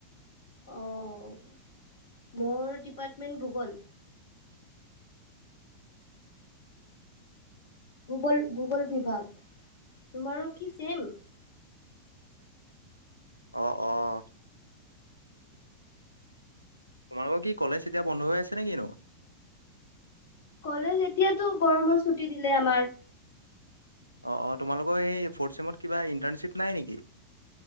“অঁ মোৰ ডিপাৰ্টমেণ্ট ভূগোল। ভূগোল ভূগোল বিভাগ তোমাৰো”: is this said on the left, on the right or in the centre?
Left